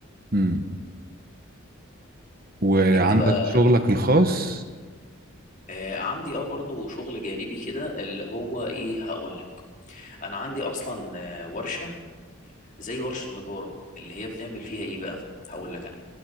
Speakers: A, on the right (about 45°); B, on the left (about 40°).
A: امم وعندك
B: انت بقى
A: شغلك الخاص
B: آه عندي اه برضو شغل جانبي كده اللي هو ايه هقول لك انا عندي اصلا آه ورشه زي ورشه نجاره اللي هي بنعمل فيها ايه بقى هقول لك انا